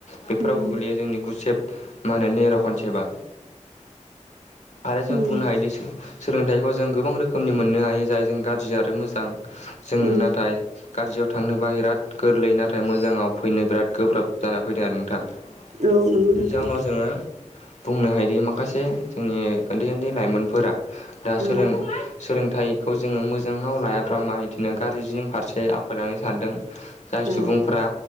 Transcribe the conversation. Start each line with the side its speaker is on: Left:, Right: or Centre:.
Left: बेफोराव
Right: उम
Left: गोग्लैयो जोंनि गुसेब मा होनो नेर' खनसेबा आरो जों
Right: उम
Left: बुंनो हायोदि सो सोलोंथाइखौ जों गोबां रोखोमनि मोननो हायो जाय जों गाज्रि आरो मोजां जों
Right: उम
Left: नाथाय गाज्रियाव थांनोबा बिराद गोरलै नाथाय मोजाङाव फैनो बिराद गोब्राब जाना फैदों आरो नोंथां।
Right: औ नंगौ
Left: बिनि
Right: नोंथां
Left: जाउनाव जोङो बुंनो हायोदि माखासे जोंनि उन्दै उन्दै लाइमोनफोरा दा
Right: उम
Left: सोलों सोलोंथाइखौ जोङो मोजाङाव लायाफ्रामा इदिनो गारजिनि फारसे <unintelligible> सानदों जाय
Right: औ
Left: सुबुंफ्रा